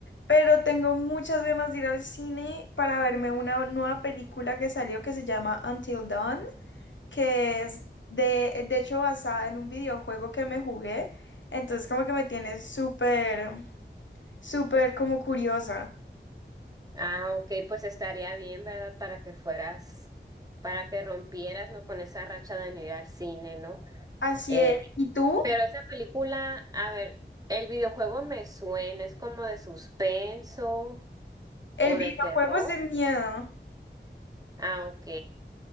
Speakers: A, on the left (about 85°); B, on the right (about 20°).
A: pero tengo muchas ganas de ir al cine para verme una nueva película que salió que se llama Until Dawn, que es de, de hecho basada en un videojuego que me jugué, entonces como que me tiene súper, súper como curiosa.
B: Ah, ok, pues estaría bien, ¿verdad? Para que fueras, para que rompieras, ¿no? Con esa racha de no ir al cine, ¿no?
A: Así
B: Eh,
A: es. ¿Y tú?
B: pero esa película, a ver, el videojuego me suena, es como de suspenso
A: El
B: o
A: videojuego
B: de terror.
A: es de miedo.
B: Ah, ok.